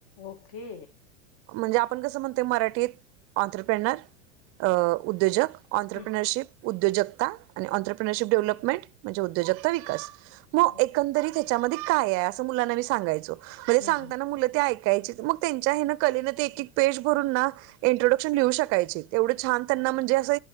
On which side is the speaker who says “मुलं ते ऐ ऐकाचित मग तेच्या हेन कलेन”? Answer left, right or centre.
Right